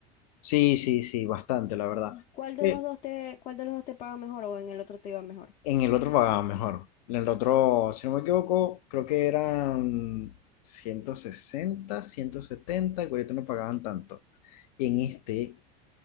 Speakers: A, on the left (about 70°); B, on the left (about 30°).
A: Sí, sí, sí, bastante, la verdad.
B: ¿Y cuál de
A: Eh,
B: los dos te, cuál de los dos te paga mejor o en el otro te iba mejor?
A: en el otro pagaba mejor. En el otro, si no me equivoco, creo que eran 160, 170, y ahorita no pagaban tanto. Y en este,